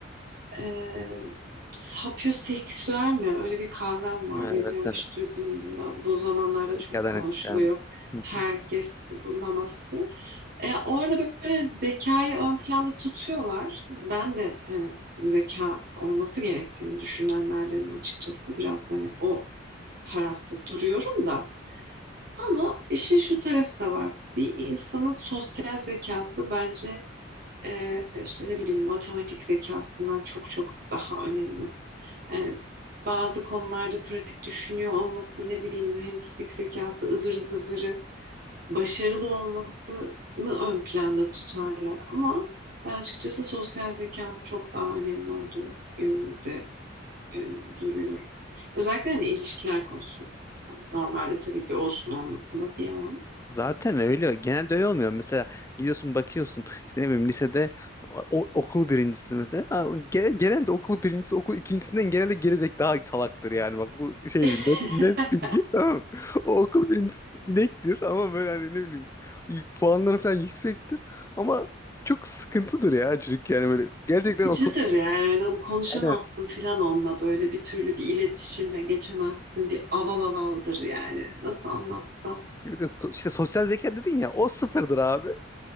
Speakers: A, on the right; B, on the left.
A: e, sapyoseksüel mi? Öyle bir kavram var.
B: Ha,
A: Bilmiyorum
B: Evet evet.
A: hiç duydun mu? Bu zamanlarda
B: Zekadan
A: çok konuşuluyor.
B: etkilenme. Hı.
A: Herkes bundan bahsediyor. E, orada böyle zekayı ön planda tutuyorlar. Ben de hani zeka olması gerektiğini düşünenlerdenim açıkçası. Biraz hani o tarafta duruyorum da. Ama işin şu tarafı da var. Bir insanın sosyal zekası bence e, işte ne bileyim matematik zekasından çok çok daha önemli. Yani bazı konularda pratik düşünüyor olması, ne bileyim mühendislik zekası ıvır zıvırı başarılı olmasını ön planda tutarlar ama ben açıkçası sosyal zekanın çok daha önemli olduğu yönünde e, duruyorum. Özellikle hani ilişkiler konusunda. Yani normalde tabii ki olsun olmasın diyemem.
B: Zaten öyle. Genelde öyle olmuyor. Mesela gidiyorsun bakıyorsun işte ne bileyim lisede o, okul birincisi mesela. Ha, gene- genelde okul birincisi okul ikincisinden genelde gerizek daha salaktır yani. Bak bu şey
A: <laughs>
B: bir net, net bilgi tamam mı? O okul birincisi inektir ama böyle hani ne bileyim yük- puanları falan yüksektir ama çok sıkıntıdır ya çocuk yani böyle gerçekten
A: Sıkıcıdır
B: o sos
A: yani. Hani onu konuşamazsın
B: Aynen.
A: filan onunla böyle bir türlü bir iletişime geçemezsin. Bir aval avaldır yani. Nasıl anlatsam.
B: Bir de so- işte sosyal zeka dedin ya o sıfırdır abi.